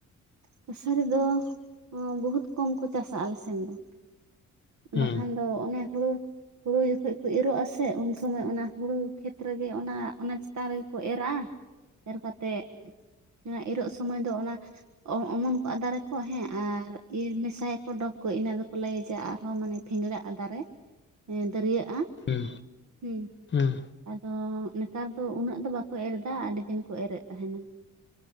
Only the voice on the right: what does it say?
ᱠᱟᱹᱥᱟᱨᱤ ᱫᱚ ᱵᱚᱦᱩᱛ ᱠᱚᱢ ᱠᱚ ᱪᱟᱥᱟ ᱟᱞᱮ ᱥᱮᱱ ᱫᱚ᱾
ᱵᱟᱠᱷᱟᱱ ᱫᱚ ᱚᱱᱮ ᱦᱩᱲᱩ ᱦᱩᱲᱩ ᱡᱚᱠᱷᱚᱱ ᱠᱚ ᱤᱨᱚᱜ ᱟ ᱥᱮᱮ ᱩᱱ ᱥᱚᱢᱚᱭ ᱚᱱᱟ ᱦᱩᱲᱩ ᱠᱷᱮᱛ ᱨᱮ ᱜᱮ ᱚᱱᱟ ᱚᱱᱟ ᱪᱮᱛᱟᱱ ᱨᱮ ᱜᱮ ᱠᱚ ᱮᱨᱟᱜᱼᱟ᱾ ᱮᱨ ᱠᱟᱛᱮᱫ ᱚᱱᱟ ᱤᱨᱚᱜ ᱥᱚᱢᱚᱭ ᱫᱚ ᱚᱱᱟ ᱚᱢᱚᱱ ᱠᱚ ᱟ ᱫᱟᱨᱮ ᱠᱚ ᱦᱮᱸ ᱟᱨ ᱤᱨ ᱢᱮᱥᱟᱭᱟ ᱠᱚ ᱰᱚᱜᱽ ᱠᱚ ᱤᱱᱟᱹ ᱫᱚ ᱠᱚ ᱞᱟᱹᱭᱮᱡᱟ ᱟᱨᱦᱚᱸ ᱢᱟᱱᱮ ᱵᱷᱮᱝᱲᱟ ᱟ ᱫᱟᱨᱮ ᱫᱟᱹᱨᱭᱟᱹᱜᱼᱟ᱾
ᱦᱩᱸ
ᱟᱫᱚ ᱱᱮᱛᱟᱨ ᱫᱚ ᱩᱱᱟᱹᱜ ᱫᱚ ᱵᱟᱠᱚ ᱮᱨ ᱮᱫᱟ ᱟᱹᱰᱤ ᱫᱤᱱ ᱠᱚ ᱮᱨᱮᱫ ᱛᱟᱦᱮᱱᱟ᱾